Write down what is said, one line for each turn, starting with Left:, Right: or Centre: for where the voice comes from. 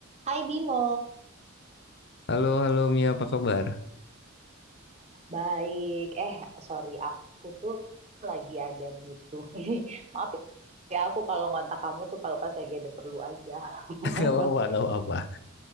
Right: Hai Bimo,
Left: Halo, halo Mia, apa kabar?
Right: baik. Eh, sorry, aku tuh lagi ada butuh. <laughs> Maaf ya, aku kalau ngontak kamu tuh kalau pas lagi ada perlu aja. <laughs>
Left: <laughs> Gak apa-apa, gak apa-apa.